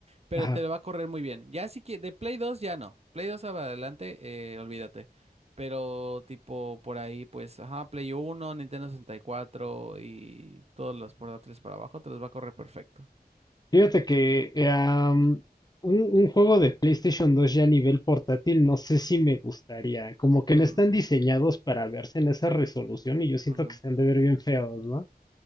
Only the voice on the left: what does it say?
Ajá.
Fíjate que eh, am, un, un juego de PlayStation 2 ya a nivel portátil, no sé si me gustaría. Como que
no están diseñados para verse en esa resolución y yo siento
que se han de ver bien feos, ¿no?